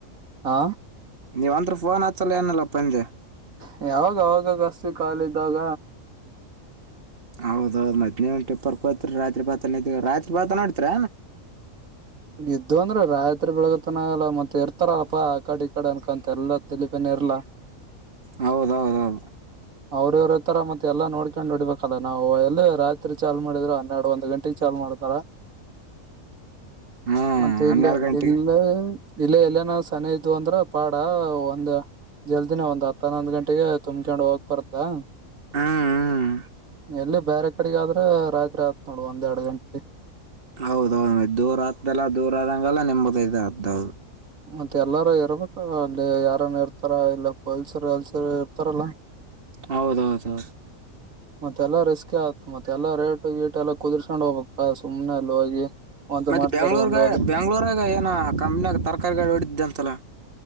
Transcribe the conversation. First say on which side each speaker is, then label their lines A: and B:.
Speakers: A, on the right (about 80°); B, on the right (about 40°).
A: ಹಾ
B: ನೀವು ಅಂದ್ರ ಫೋನ್ ಹಚ್ಚಲ್ಲ ಏನಲ್ಲಪ್ಪ ಅಂದೆ
A: ಹೇ ಹೌದು ಹೌದು ದೋಸ್ತ ಹಚ್ತೀವಿ ಖಾಲಿ ಇದ್ದಾಗ
B: ಹೌದೌದು ಮ್ತ್ ನೀವಂಟ ಇಪ್ಪರ್ ಕೋಯತರಿ ರಾತ್ರಿ ಭಾತ ರಾತ್ರಿ ಭಾತ ನೋಡ್ತರ
A: ಇದ್ ಅಂದ್ರ ರಾಯತ್ರಿ ಬೆಳಗತ್ನಲ್ಲ ಮತ್ತತ್ ಇರ್ತಾರಲ್ಲಪಾ ಆ ಕಡೆ ಈ ಕಡೆ ಅನ್ಕಂತ ಎಲ್ಲ ತಿಲಿಪೇನ ಇರ್ಲಾ
B: ಹೌದೌದೌದು
A: ಅವ್ರವ್ರತರ ಮತ್ತೆ ಎಲ್ಲ ನೋಡ್ಕೊಂಡ್ ಹೊಡಬೇಕಲ್ಲ ನಾವು ಎಲ್ಲಿ ರಾತ್ರಿ ಚಾ ಮಾಡಿದ್ರೆ ಹನ್ನೆರ ಒಂದು ಗಂಟೆಗೆ ಚಾಲ್ ಮಾಡ ಮಾಡ್ತಾರ
B: ಹ್ಞೂ
A: ಮತ್ತೆ
B: ಹನ್ನೆರಡು
A: ಇಲ್ಲ
B: ಗಂಟೆಗೆ
A: ಇಲ್ಲ ಇಲ್ಲ ಎಲ್ಲನ ಸನ ಇದ್ ಅಂದ್ರ ಪಾಡ ಒಂದ ಜಲ್ದಿನ ಒಂದ್ ಹನ್ನೊಂದ್ ಗಂಟೆಗೆ ತುಂಬ್ಕೊಂಡ್ ಹೋಗ್ಬಾರ್ದಾ
B: ಹ್ಮ್ ಹ್ಮ್
A: ಎಲ್ಲಿ ಬೇರೆ ಕಡೆಗ ಆದ್ರೆ ರಾತ್ರಿ ಆಯತ್ ನೋಡ್ ಒಂದ್ ಎರಡು ಗಂಟೆ
B: ಹೌದೌದು ದೂರ ಆಗ್ದೆಲ್ಲ ದೂರ ಆದಂಗಲ್ಲ ನಿಮ್ಮದ ಅ್ದದು
A: ಮತ್ತೆ ಎಲ್ಲಾರೂ ಇರ್ಬೇಕಲ್ಲ ಅಲ್ಲಿ ಯಾರನ್ ಇರ್ತಾರ ಇಲ್ಲ ಪೊಲ್ಸರು ಎಲ್ಸರು ಇರ್ತಾರಲ್ಲ
B: ಹೌದೌದೌದು
A: ಮತ್ತೆಲ್ಲಾ ರೆಸ್ ಆಯತು ಮತ್ತೆ ಎಲ್ಲಾ ರೇಟ್ ಗೀಟ್ ಎಲ್ಲ ಕುದುರ್ಸ್ಕೊಂಡ್ ಹೋಗ್ಬೇಕಕಸುಮ್ನೆ ಅಲ್ಲಿ ಹೋಗಿ ಒಂದ್
B: ಮತ್ತೆ
A: ಮಾಡ್ತಾಡಿ
B: ಬೆಯಾಂಗ್ಳೂರ್ಮ
A: ಒಂದ್ ಹೋದ್ರ
B: ಬೆಯಾಂಗ್ಳೂರ್ಗ ಏನ ಕಂಪ್ನಿಯಾಗ ತರಕಾರಿ ಗಾಳ ಹಡಿದಿದ್ದ ಅಂತಲ್ಲ